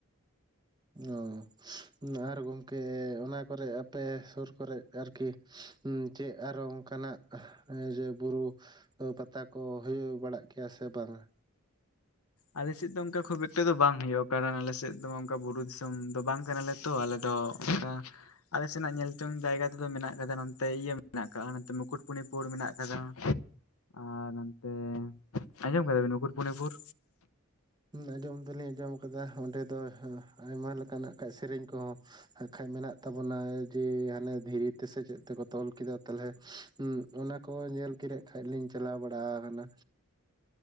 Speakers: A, on the right; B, on the left.
A: ᱚ ᱟᱨ ᱜᱚᱝᱠᱮ ᱚᱱᱟ ᱠᱚ ᱨᱮ ᱟᱯᱮ ᱥᱩᱨ ᱠᱚ ᱨᱮ ᱟᱨᱠᱤ ᱪᱮᱫ ᱟᱨᱚ ᱚᱱᱠᱟᱱᱟᱜ ᱡᱮ ᱵᱩᱨᱩ ᱯᱟᱛᱟ ᱠᱚ ᱦᱩᱭᱩᱜ ᱵᱟᱲᱟᱜ ᱠᱮᱭᱟ ᱥᱮ ᱵᱟᱝ-ᱟ᱾
B: ᱟᱞᱮ ᱥᱮᱫ ᱫᱚ ᱚᱱᱠᱟ ᱠᱷᱩᱵᱽ ᱮᱠᱴᱟ ᱫᱚ ᱵᱟᱝ ᱦᱩᱭᱩᱜ-ᱟ ᱠᱟᱨᱚᱱ ᱟᱞᱮ ᱥᱮᱫ ᱫᱚ ᱚᱱᱠᱟ ᱵᱩᱨᱩ ᱫᱤᱥᱚᱢ ᱫᱚ ᱵᱟᱝ ᱠᱟᱱᱟᱞᱮ ᱛᱚ ᱟᱞᱮ ᱫᱚ ᱟ ᱟᱞᱮ ᱥᱮᱱᱟᱜ ᱧᱮᱞ ᱡᱚᱝ ᱡᱟᱭᱜᱟ ᱛᱮ ᱫᱚ ᱢᱮᱱᱟᱜ ᱟᱠᱟᱫᱟ ᱱᱚᱛᱮ ᱤᱭᱟᱹ ᱢᱮᱱᱟᱜ ᱟᱠᱟᱫᱟ ᱱᱚᱛ ᱢᱩᱠᱩᱴᱢᱩᱱᱤᱯᱩᱨ ᱢᱮᱱᱟᱜ ᱟᱠᱟᱫᱟ᱾ ᱟᱨ ᱚᱱᱛᱮ ᱟᱸᱡᱚᱢ ᱠᱟᱫᱟ ᱵᱤᱱ ᱢᱩᱠᱩᱴᱢᱩᱱᱤᱯᱩᱨ
A: ᱟᱸᱡᱚᱢ ᱫᱚᱞᱤᱧ ᱟᱸᱡᱚᱢ ᱟᱠᱟᱫᱟ ᱚᱸᱰᱮ ᱫᱚ ᱟᱭᱢᱟ ᱞᱮᱠᱟᱱᱟᱜ ᱥᱮᱨᱮᱧ ᱠᱚᱦᱚᱸ ᱟᱨ ᱠᱷᱟᱡ ᱢᱮᱱᱟᱜ ᱛᱟᱵᱚᱱᱟ ᱡᱮ ᱦᱟᱱᱮ ᱫᱷᱤᱨᱤ ᱛᱮ ᱥᱮ ᱪᱮᱫ ᱛᱮ ᱠᱚ ᱛᱚᱞ ᱠᱮᱫᱟ ᱛᱟᱦᱚᱞᱮ ᱦᱮᱸ ᱚᱱᱟ ᱠᱚ ᱧᱮᱞ ᱜᱮ ᱫᱮᱱᱟ ᱠᱷᱟᱡ ᱞᱤᱧ ᱪᱟᱞᱟᱣ ᱵᱟᱲᱟ ᱟᱠᱟᱱᱟ᱾